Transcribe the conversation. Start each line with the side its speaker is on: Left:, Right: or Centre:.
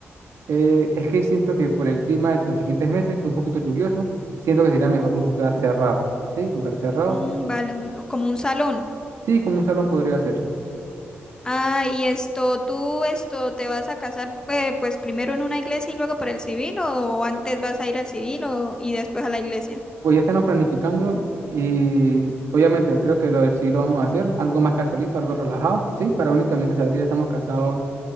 Right: Eh, es que siento que por el clima de los siguientes meses, que es un poquito lluvioso, siento que sería mejor un lugar cerrado. ¿Sí? Lugar cerrado.
Left: Mm, vale, un- como un salón.
Right: Sí, como un salón podría ser.
Left: Ah, y esto, ¿tú esto te vas a casar eh, pues primero en una iglesia y luego por el civil o antes vas a ir al civil o, y después a la iglesia?
Right: Pues ya estamos planificando y obviamente creo que lo del sí lo vamos a hacer, algo más casualito, algo relajado, ¿sí? Para únicamente saber que ya estamos casados,